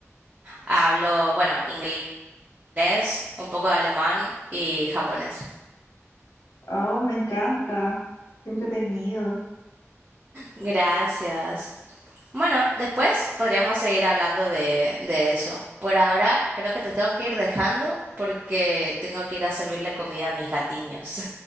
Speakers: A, on the right; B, on the left.
A: Hablo, bueno, inglés, un poco de alemán y japonés.
B: Oh, me encanta. Qué entretenido.
A: Gracias. Bueno, después podríamos seguir hablando de, de eso. Por ahora creo que te tengo que ir dejando porque tengo que ir a servirle comida a mis gatiños.